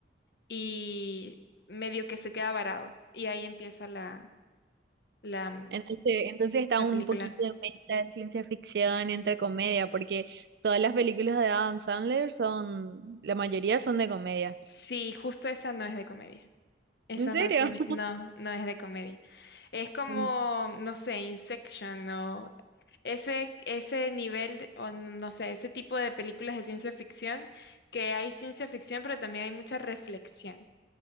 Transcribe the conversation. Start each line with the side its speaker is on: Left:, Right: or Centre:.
Left: y medio que se queda varado. Y ahí empieza la, la, mm,
Right: Entonces, entonces está
Left: la
Right: un
Left: película.
Right: poquito de mezcla de ciencia ficción entre comedia, porque todas las películas de Adam Sandler son, la mayoría son de comedia.
Left: Sí, justo esa no es de comedia. Esa
Right: ¿En serio?
Left: no tiene, no, no es de comedia. Es como,
Right: <laughs>
Left: no sé, Inception o ese, ese nivel, o no sé, ese tipo de películas de ciencia ficción, que hay ciencia ficción, pero también hay mucha reflexión.